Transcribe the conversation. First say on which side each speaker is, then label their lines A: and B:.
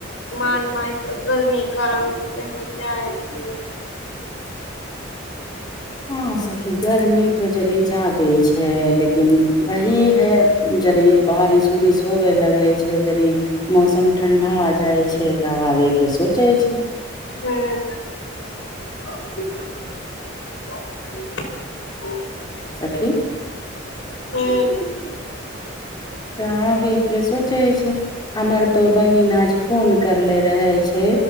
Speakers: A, on the left (about 75°); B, on the left (about 20°).
A: हमार माई तऽ गर्मी कारण तऽ कही जाइ छियै नै
B: <inaudible> हँ सखी गर्मी तो जड़ी जा दै छै लेकिन वही है जड़ी बारिश उरिश होवे लगै छै <unintelligible> गड़ी मौसम ठण्डा जाय छै तऽ आबै के सोचे छै
A: हँ <unintelligible> ह ओ <unintelligible>
B: सखी
A: हूँ
B: तऽ आबै के सोचै छै हमर तो बहिन आज फोन करले रहै छै